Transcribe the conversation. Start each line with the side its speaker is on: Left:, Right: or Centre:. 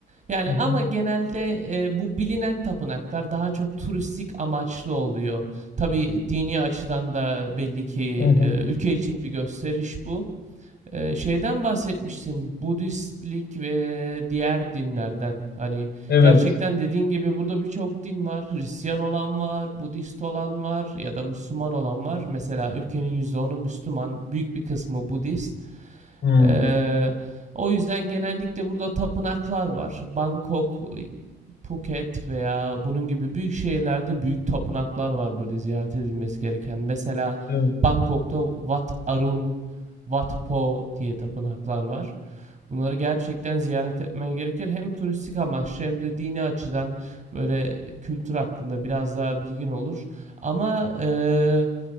Right: Yani
Left: Hı hı,
Right: ama genelde eee, bu bilinen tapınaklar daha çok turistik amaçlı oluyor. Tabii dini açıdan da belli ki
Left: hı hı.
Right: eee, ülke için bir gösteriş bu. Eee, şeyden bahsetmiştin, Budistlik ve diğer dinlerden. Hani
Left: Evet.
Right: gerçekten dediğin gibi burada birçok din var. Hristiyan olan var, Budist olan var ya da Müslüman olan var. Mesela ülkenin yüzde onu Müslüman, büyük bir kısmı Budist.
Left: Hmm,
Right: Ee, o yüzden genellikle burada tapınaklar var. Bangkok, Phuket veya bunun gibi büyük şehirlerde büyük tapınaklar var böyle ziyaret edilmesi gereken. Mesela
Left: evet.
Right: Bangkok'ta Wat Arun, Wat Po diye tapınaklar var. Bunları gerçekten ziyaret etmen gerekir. Hem turistik amaçlı hem de dini açıdan böyle kültür hakkında biraz daha bilgin olur. Ama eee